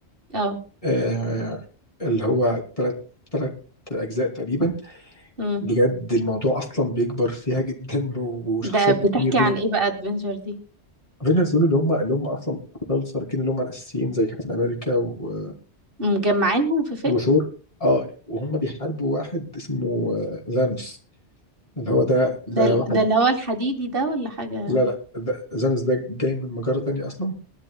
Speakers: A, on the right; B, on the left.
A: اه
B: آه اللي هو ثلاث ثلاث اجزاء تقريبا
A: <laughs> امم
B: بجد الموضوع اصلا بيكبر فيها جدا وشخصيات
A: ده بتحكي
B: كتير
A: عن ايه بقى ادفنجر دي
B: افنجرز دول اللي هم اللي هم اصلا ابطال الخارقين اللي هم الاساسيين زي كابتن امريكا و...
A: مجمعينهم في فيلم
B: وثور اه وهم بيحاربوا واحد اسمه آه، ذانوس اللي هو ده ده
A: ده ال-
B: واحد
A: ده اللي هو الحديدي ده ولا حاجة
B: لا لا ده ذانوس ده جاي من مجرة تانية اصلا